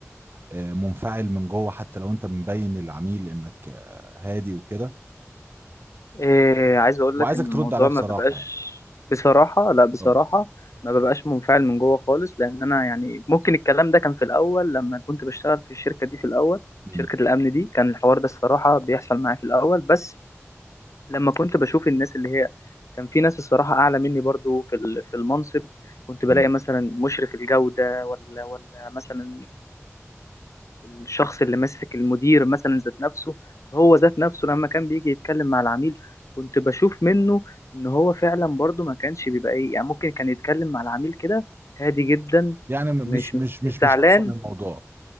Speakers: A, on the right; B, on the left.
A: آه، منفعل من جوه حتى لو انت مبين للعميل انك آه، هادي وكده
B: إيه عايز اقول
A: وعايزك
B: لك ان
A: ترد
B: الموضوع
A: عليها بصراحة
B: ما بيبقاش
A: يعني
B: بصراحة لا بصراحة
A: اه
B: ما ببقاش منفعل من جوه خالص لان انا يعني ممكن الكلام ده كان في الاول لما كنت بشتغل في الشركة دي في الاول
A: أمم،
B: شركة الامن دي كان الحوار ده الصراحة بيحصل معايا في الاول بس لما كنت بشوف الناس اللي هي كان في ناس الصراحة اعلى مني برضو في ال- في المنصب كنت بلاقي
A: أمم.
B: مثلا مشرف الجودة ولا ولا مثلا الشخص اللي ماسك المدير مثلا ذات نفسه هو ذات نفسه لما كان بيجي يتكلم مع العميل كنت بشوف منه ان هو فعلا برضه ما كانش بيبقى ايه يعني ممكن كان يتكلم مع العميل كده هادي جدا
A: يعني م-
B: مش
A: مش مش
B: مش
A: مش
B: زعلان
A: مش شخصا الموضوع